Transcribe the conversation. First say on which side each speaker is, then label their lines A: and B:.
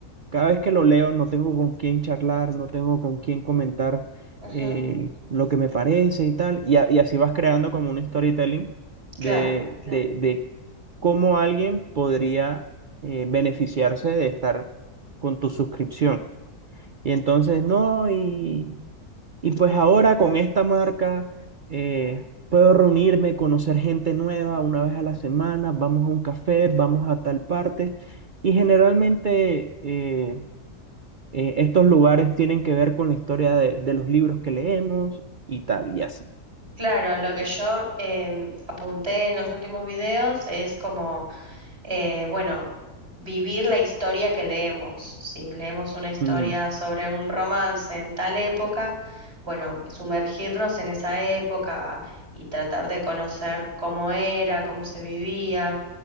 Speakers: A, on the right; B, on the right.
A: cada vez que lo leo no tengo con quién charlar, no tengo con quién comentar
B: Ujú,
A: eh, lo que me parece y tal. Y, a- y así vas creando como un storytelling de,
B: Claro,
A: de, Claro. de cómo alguien podría eh, beneficiarse de estar con tu suscripción. Y entonces, no, y y pues ahora con esta marca eh, puedo reunirme, conocer gente nueva una vez a la semana, vamos a un café, vamos a tal parte. Y generalmente eh, eh, estos lugares tienen que ver con la historia de, de los libros que leemos y tal, y así.
B: claro, lo que
A: Cla-
B: yo em, apunté en los últimos videos es como eh, bueno, vivir la historia que leemos. Si leemos una historia
A: Mm,
B: sobre un romance en tal época, bueno, sumergirnos en esa época y tratar de conocer cómo era, cómo se vivía,